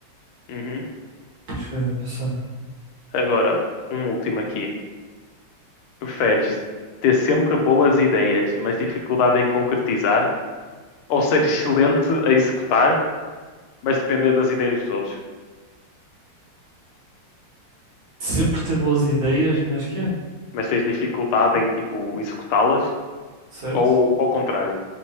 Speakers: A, on the left; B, on the right.
A: Uhum.
B: Acho que é pensar.
A: Agora, um último aqui. Preferes ter sempre boas ideias, mas dificuldade em concretizar? Ou ser excelente a executar, mas depender das ideias dos outros.
B: Sempre ter boas ideias, mas que é,
A: Mas tens dificuldade em, tipo, executá-las
B: certo?
A: ou ao contrário.